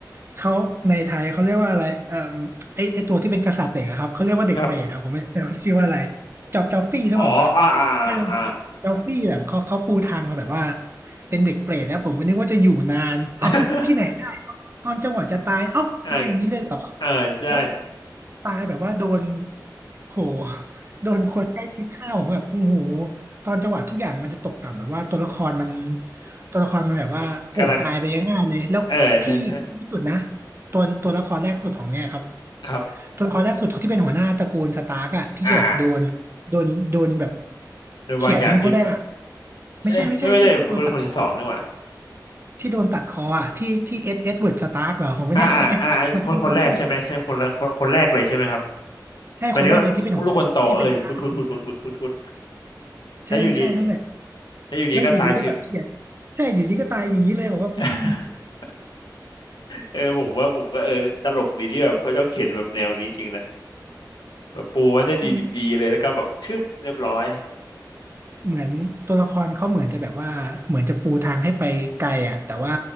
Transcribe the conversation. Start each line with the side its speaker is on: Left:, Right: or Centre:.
Right: เขาในไทยเขาเรียกว่าอะไรเอ่อไอไอตัวที่เป็นกษัตริย์เด็กอะครับเขาเรียกว่าเด็กเปรตอะผมไม่แต่ว่าชื่อว่าอะไร
Left: ครับ
Right: จอบจอฟฟี่หรือเปล่าวะ
Left: อ๋ออ่าอ่าอ่า
Right: เออจอฟฟี่แบบเขาเขาปูทางมาแบบว่าเป็นเด็กเปรตแล้วผมก็นึกว่าจะอยู่นานเอ้าที่ไหนได้เอ้าตอนจังหวะจะตายเอ้าตายอย่างนี้เลยเหรอ
Left: <laughs> เออเออใช่
Right: แล้วแบบตายแบบว่าโดนโหโดนคนใกล้ชิดฆ่าผมแบบโอ้โห ตอนจังหวะทุกอย่างมันจะตกต่ำแบบว่าตัวละครมันตัวละครมันแบบว่าโอ้ตายไปง่ายๆเลยแล้วที่ที่สุดนะ
Left: <laughs> มันกำลังเออใช่ใช่
Right: ตัวตัวละครแรกสุดของเนี่ยครับ
Left: ครับ
Right: ตัวละครแรกสุดที่เป็นหัวหน้าตระกูลสตาร์กอะที่แบบโดนโดนโดนแบบ
Left: อ่าอ่าโดนวางยาพิษปะ
Right: เขี่ยทิ้งคนแรกอะไม่ใช่ไม่ใช่ที่ที่โดนตัดคอ
Left: ใช่ไม่ไม่ใช่คนคนคนที่สองนี่หว่า
Right: ที่โดนตัดคออะที่ที่เอ็ดเอ็ดเวิร์ดสตาร์กเหรอผมไม่แน่ใจ
Left: อ่าอ่าอ่าอคนคนแรกใช่ไหมใช่คนละคนคนแรกเลยใช่ไหมครับ
Right: <laughs> ขอโทษขอโทษใช่คนแรกเลยที่เป็นหัวหน้าที่เป็นหัวหน้าตระกูลอะ
Left: หมายถึงว่าลูกคนโตเออคุณคุณคุณคุณคุณคุณคุณแล้วอยู่ดี
Right: ใช่ใช่นั่นแหละ
Left: แล้วอยู่ดีก็ตายเฉย
Right: แล้วอยู่ดีก็แบบเขี่ยใช่อยู่ดีก็ตายอย่างนี้เลยผมว่าอืม
Left: <laughs> เออผมว่าผมก็เออตลกดีที่แบบเขาชอบเขียนแบบแนวนี้จริงนะแบบปูมันได้ดีดีเลยแล้วก็แบบชึบเรียบร้อย
Right: อืม เหมือนตัวละครเขาเหมือนจะแบบว่าเหมือนจะปูทางให้ไปไกลอ่ะแต่ว่า